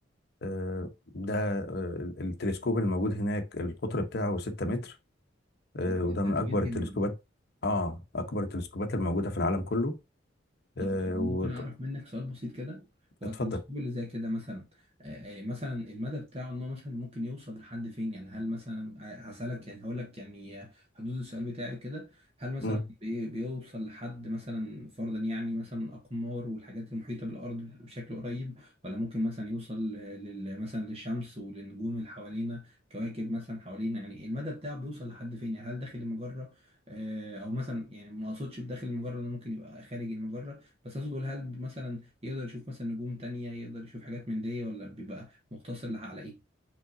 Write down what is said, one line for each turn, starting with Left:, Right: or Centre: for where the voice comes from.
Left: آه، ده آه، التلسكوب الموجود هناك القطر بتاعه 6 متر آه،
Right: ده
Left: وده من
Right: كبير
Left: أكبر
Right: جدا
Left: التلسكوبات آه أكبر التلسكوبات الموجودة في العالم كله
Right: طب
Left: آه،
Right: ممكن
Left: وت-
Right: اعرف منك سؤال بسيط كده هو
Left: اتفضل
Right: التلسكوب اللي زي كده مثلا آه، آه، مثلا المدى بتاعه ان هو مثلا ممكن يوصل لحد فين يعني هل مثلا آه، هسألك يعني هقول لك يعني آه، حدود السؤال بتاعي كده هل مثلا
Left: مم.
Right: بي- بيوصل لحد مثلا فرضا يعني مثلا اقمار والحاجات المحيطة بالارض بشكل قريب ولا ممكن مثلا يوصل ل- لل- مثلا للشمس وللنجوم اللي حوالينا كواكب مثلا حوالينا يعني المدى بتاعه بيوصل لحد فين يعني هل داخل المجرة آه، او مثلا يعني ما اقصدش بداخل المجرة انه ممكن يبقى خارج المجرة بس عايز اقول هل مثلا يقدر يشوف مثلا نجوم تانية يقدر يشوف حاجات من دي ولا بيبقى مقتصر على ايه